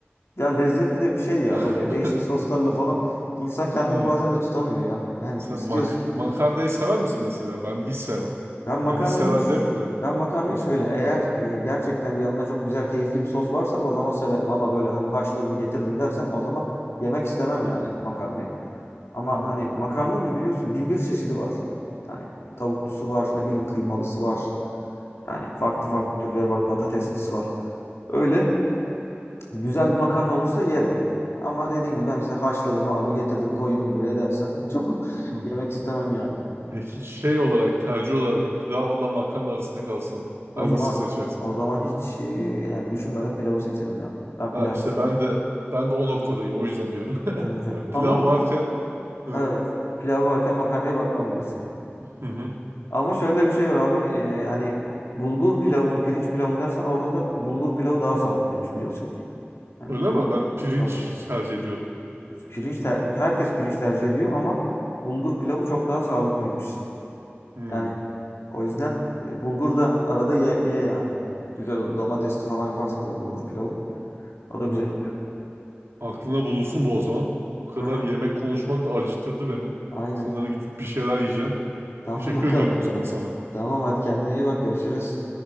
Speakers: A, on the left; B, on the right.
A: Ya lezzetli de bir şey ya böyle
B: <laughs>
A: değişik soslarla falan. İnsan kendini
B: Hmm.
A: bazen de tutamıyor ya. Yani
B: Sen
A: istiyorsun.
B: mak makarnayı sever misin mesela? Ben hiç sevmem.
A: Ben makarnayı
B: Ben hiç sevmem demeyeyim de.
A: ben makarnayı
B: Hı.
A: şöyle eğer e, gerçekten yanına çok güzel keyifli bir sos varsa o zaman severim ama böyle hani haşladım getirdim dersen o zaman yemek istemem yani makarnayı. Ama
B: Hı.
A: hani makarnanın biliyorsun bin bir çeşidi var. Yani tavuklusu var, ne bileyim kıymalısı var. Yani farklı
B: Hı.
A: farklı türleri var, patateslisi var. Öyle Güzel bir makarna olursa yerim. Ama dediğin gibi ben işte haşladım abi getirdim koydum buraya dersen <laughs> çok
B: Hı.
A: yemek istemem yani.
B: Peki şey olarak tercih olarak pilavla makarna arasında kalsın.
A: O
B: Hangisini
A: zaman
B: seçersin?
A: o zaman hiç e, yani düşünmeden pilavı seçerim ya. Ben
B: Ha
A: pilavı
B: işte ben de ben de o noktadayım o yüzden diyorum. <laughs>
A: evet, evet.
B: Yani pilav
A: Ama
B: varken evet.
A: evet pilav varken makarnaya bakmam diyorsun.
B: Hı hı.
A: Ama şöyle bir şey var abi e, hani bulgur pilavı mı pirinç pilavı mı dersen orada da bulgur pilavı daha sağlıklıymış biliyorsun ki. Hani
B: Öyle mi?
A: bu
B: Ben pirinç
A: tabii
B: tercih ediyorum.
A: pirinç ter- herkes pirinç tercih ediyor ama bulgur pilavı çok daha sağlıklıymış.
B: Hmm,
A: Yani O yüzden e, bulgur da arada ye, ye yani. Güzel olur. Domatesli falan yaparsın böyle bulgur pilavı. O
B: tamam.
A: da güzel olur.
B: Aklına bulunsun bu o zaman. Bu kadar
A: Aha,
B: yemek konuşmak da acıktırdı beni.
A: aynen.
B: Sanırım gidip bir şeyler yiyeceğim.
A: Tamam
B: Teşekkür
A: bakalım.
B: ediyorum o zaman
A: <laughs>
B: sana.
A: Tamam hadi kendine iyi bak. Görüşürüz.